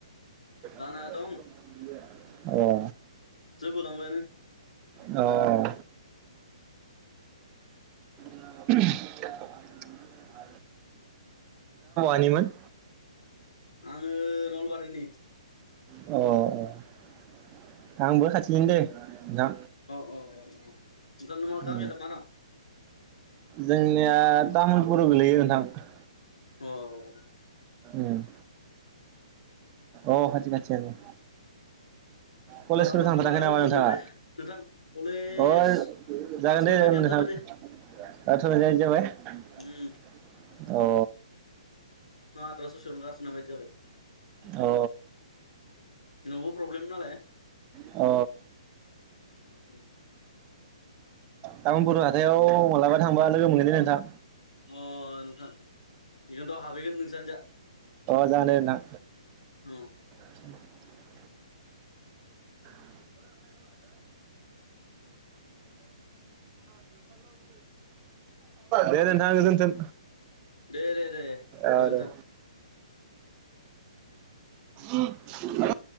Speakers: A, on the left; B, on the right.
A: जाना
B: <inaudible>
A: दं
B: अ
A: <unintelligible>
B: औ <unintelligible> थायोमोन
A: आङो नलबारिनि
B: अ अ आंबो खाथिनो दे नोंथां।
A: औ औ औ औ ओंख ना
B: उम
A: गामियालाय मा नाम
B: जोंनिया तामुलपुराव गोलैयो नोंथां
A: औ
B: ओम अ खाथि खा जानो कलेजफोर
A: मालाबा
B: थांथाराखै
A: थांबा
B: नामा
A: लोगो
B: नोंथाङा
A: हमगोन दे नोंथां कलेज
B: अ जागोन
A: गारथ'नाय
B: दे
A: बायदियानो
B: नोंथाङा
A: जाबाय दे
B: आथुरानो ओइ जे अ
A: उम सा ससेयावनो गारथनाय बाय जाबाय
B: अ
A: नआवबो प्रब्लेम नालाय
B: अ
A: ओम
B: तामुलपुर हाथायाव मालाबा थांबा लोगो मोनगोन दे नोंथां
A: अ नोंथां बेगोनथ हाबैगोन नोंसानिजा
B: जानो नां
A: औ
B: <unintelligible> <inaudible> <inaudible> दे नोंथां गोजोनथों
A: दे दे दे गोजोन्थों।
B: आरो ओम